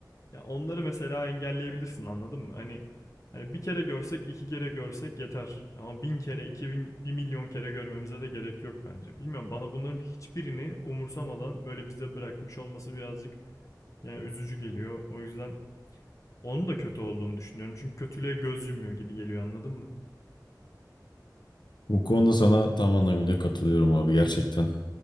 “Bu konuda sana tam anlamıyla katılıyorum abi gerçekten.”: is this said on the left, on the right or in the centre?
Left